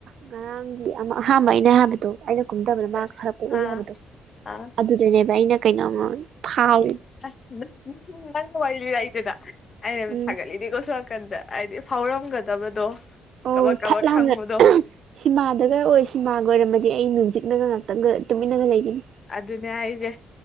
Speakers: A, on the right (about 65°); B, on the left (about 40°).
A: ꯉꯔꯥꯡꯒꯤ ꯑꯍꯥꯟꯕ ꯑꯩꯅ ꯑꯍꯥꯟꯕꯗꯣ ꯑꯩꯅ ꯀꯨꯝꯗꯕꯗ
B: ꯑꯥ
A: ꯃꯥ ꯈꯔ ꯄꯣꯛꯎꯏ ꯍꯥꯏꯕꯗꯣ
B: ꯑꯥ
A: ꯑꯗꯨꯗꯅꯦꯕ ꯑꯩꯅ ꯀꯩꯅꯣꯝꯃ ꯈꯥꯎ
B: ꯅꯪ ꯋꯥꯂꯤ ꯂꯥꯏꯇꯦꯗ ꯑ
A: ꯎꯝ
B: ꯁꯒ ꯏꯗꯤ ꯀꯁ ꯀꯟꯗ ꯍꯥꯏꯗꯤ ꯐꯥꯎꯔꯝꯒꯗꯕꯗꯣ
A: ꯑ
B: ꯀꯕꯛ ꯀꯕꯛ
A: ꯐꯠ ꯂꯥꯎꯅꯠ
B: ꯈꯪꯕꯗꯣ
A: ꯁꯤꯃꯥꯗꯒ ꯑꯣꯏ ꯁꯤꯃꯥꯒ ꯑꯣꯏꯔꯝꯃꯗꯤ ꯑꯩ ꯅꯨꯡꯖꯤꯛꯅꯒ ꯉꯥꯛꯇꯪꯒ ꯇꯨꯃꯤꯟꯅꯒ ꯂꯩꯈꯤꯅꯤ
B: ꯑꯗꯨꯅꯦ ꯑꯩꯁꯦ